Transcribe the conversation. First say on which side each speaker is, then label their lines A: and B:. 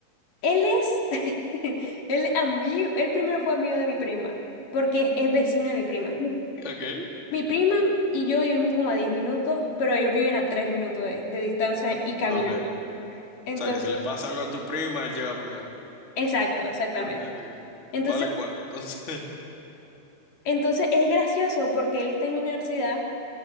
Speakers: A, on the left (about 50°); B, on the left (about 20°).
A: Él es, <laughs> él amigo, él primero fue amigo de mi prima, porque es, es vecino de mi prima.
B: okay
A: Mi prima y yo vivimos como a 10 minutos, pero ellos viven a 3 minutos de, de distancia y caminando.
B: okay O
A: Entonces,
B: sea, que si le pasa algo a tu prima, él llega primero.
A: exacto, exactamente.
B: okay
A: Entonces,
B: Vale cuarto, entonces. <laughs>
A: entonces es gracioso porque él está en mi universidad